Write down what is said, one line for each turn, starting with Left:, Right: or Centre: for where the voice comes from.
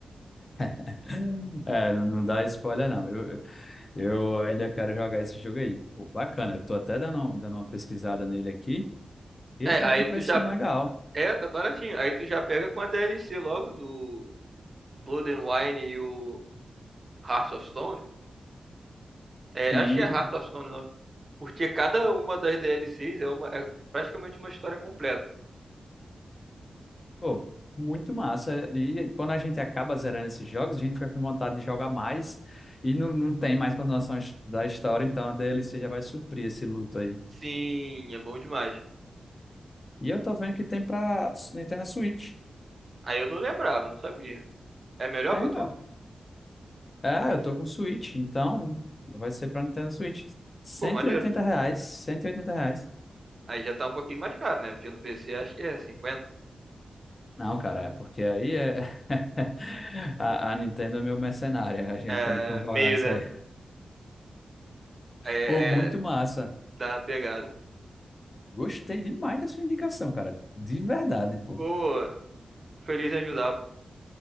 Left: <laughs> É, não, não dá spoiler, não. Eu, eu ainda quero jogar esse jogo aí. Pô, bacana, eu tô até dando, dando uma pesquisada nele aqui. Ele
Right: É,
Left: tá
Right: aí
Left: com um precinho
Right: tu já.
Left: legal.
Right: É, tá baratinho. Aí tu já pega com a DLC logo do Blood and Wine e o Heart of Stone. É,
Left: Sim.
Right: acho que é Heart of Stone Porque cada uma das D L Cs é, uma, é praticamente uma história completa.
Left: Pô, muito massa. E quando a gente acaba zerando esses jogos, a gente fica com vontade de jogar mais. E não, não tem mais continuação his- da história, então a DLC já vai suprir esse luto aí.
Right: Sim, é bom demais.
Left: E eu tô vendo que tem pra S- Nintendo Switch.
Right: Aí eu não lembrava, não sabia. É melhor
Left: Tem,
Right: pra tu?
Left: ó. É, eu tô com Switch, então vai ser pra Nintendo Switch. Cento
Right: Pô, maneiro.
Left: e oitenta reais, 180 reais.
Right: Aí já tá um pouquinho mais caro, né? Porque no P C acho que é cinquenta
Left: Não, cara, é porque aí é... <laughs> a, a Nintendo é meio mercenária, a gente
Right: É
Left: tem que concordar
Right: meio,
Left: nisso
Right: né?
Left: aí.
Right: É,
Left: Pô, muito
Right: é
Left: massa.
Right: dá uma pegada.
Left: Gostei demais da sua indicação, cara. De verdade, pô.
Right: Pô, feliz em ajudar, pô.